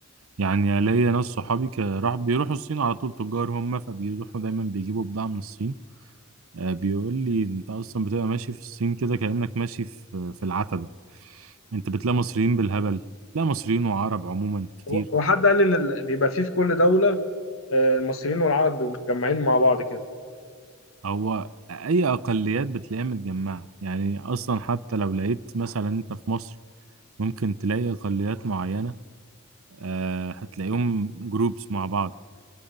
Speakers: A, on the right; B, on the left.
A: يعني ليا ناس صحابي ك- راح بيروحوا الصين على طول تجار هم فبيروحوا دايما بيجيبوا بضاعة من الصين آه، بيقول لي انت اصلا بتبقى ماشي في الصين كده كأنك ماشي في في العتبة انت بتلاقي مصريين بالهبل بتلاقي مصريين وعرب عموما كتير
B: هو هو حد قال لي ان ال- بيبقى فيه في كل دولة آه، المصريين والعرب بيبقوا متجمعين مع بعض كده
A: هو اي اقليات بتلاقيها متجمعه يعني اصلا حتى لو لقيت مثلا انت في مصر ممكن تلاقي اقليات معينه آه، هتلاقيهم جروبس مع بعض